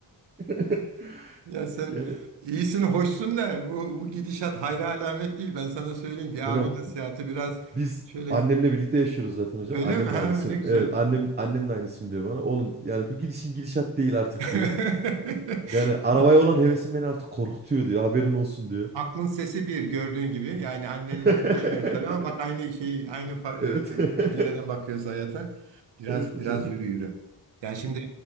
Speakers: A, on the right; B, on the right.
A: <laughs>
B: Ya sen
A: Yani
B: iyisin, hoşsun da bu, bu gidişat hayra alamet değil. Ben sana söyleyeyim bir
A: hocam
B: abi nasihatı biraz
A: biz
B: şöyle
A: annemle birlikte yaşıyoruz zaten hocam.
B: öyle
A: Annem
B: mi? Ha
A: de aynısını.
B: ne güzel.
A: Evet annem annem de aynısını diyor bana. Oğlum yani bu gidişin gidişat değil artık
B: <laughs>
A: diyor. Yani
B: Şimdi
A: arabaya olan hevesim beni artık korkutuyor diyor. Haberin olsun diyor.
B: Aklın sesi bir gördüğün gibi. Yani annenle
A: <laughs>
B: tanışmıyoruz tabii ama bak aynı şey aynı fa-
A: Evet. <laughs>
B: e, pencereden bakıyoruz hayata. Biraz
A: Evet hocam.
B: biraz yürü yürü. Yani şimdi